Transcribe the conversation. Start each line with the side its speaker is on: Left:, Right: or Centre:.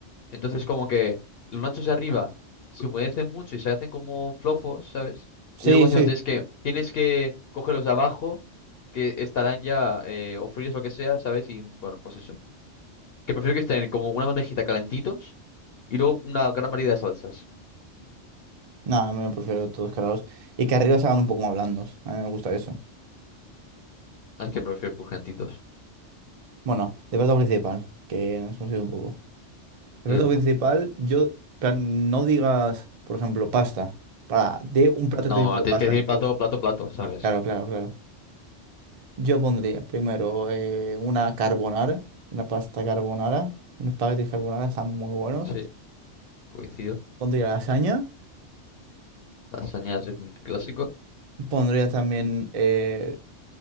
Left: Entonces como que los nachos de arriba se humedecen mucho y se hacen como flojos, ¿sabes?
Right: Sí,
Left: Y luego encima
Right: sí.
Left: tienes que, tienes que coger los de abajo que estarán ya eh, o fríos o lo que sea, ¿sabes? Y bueno, pues eso. Que prefiero que estén como una bandejita calentitos y luego una gran variedad de salsas.
Right: No, me prefiero todos cargados. Y que arriba se hagan un poco más blandos. A mí me gusta eso.
Left: Ah, Es que prefiero crujientitos.
Right: Bueno, de plato principal, que nos hemos ido un poco. De
Left: Dígame.
Right: plato principal, yo, plan, no digas, por ejemplo, pasta. Para, de un plato
Left: No,
Right: específico de
Left: tienes
Right: pasta,
Left: que decir
Right: tipo.
Left: plato, plato, plato, ¿sabes?
Right: Claro, claro, claro. Yo pondría primero eh, una carbonara, una pasta carbonara, unos espaguetis carbonara, están muy buenos.
Left: Sí, coincido.
Right: Pondría lasaña.
Left: Lasaña es un clásico.
Right: Pondría también eh,